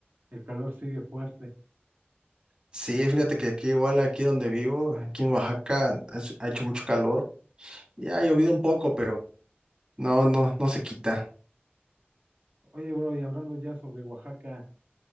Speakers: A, on the right; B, on the right.
A: el calor sigue fuerte.
B: Sí, fíjate que aquí igual, aquí donde vivo, aquí en Oaxaca, ha hecho ha hecho mucho calor. Ya ha llovido un poco, pero no, no, no se quita.
A: Oye, bro, y hablando ya sobre Oaxaca,